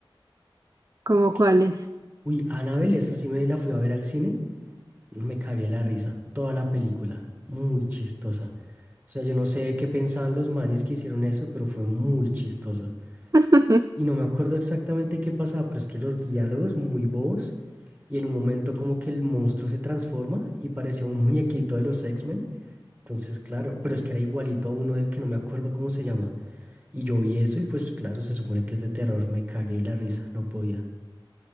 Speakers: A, on the right; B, on the right.
A: ¿Como
B: Que-
A: cuáles?
B: Uy, Annabelle, esa sí me la fui a ver al cine, me cagué la risa, toda la película, muy chistosa. O sea, yo no sé qué pensaban los manes que hicieron eso, pero fue muy chistoso.
A: <laughs>
B: Y no me acuerdo exactamente qué pasaba, pero es que los diálogos muy bobos y en un momento como que el monstruo se transforma y parecía un <laughs> muñequito de los X-Men. Entonces, claro, pero es que era igualito a uno de que no me acuerdo cómo se llama. Y yo vi eso y pues claro, se supone que es de terror, me cagué de la risa, no podía.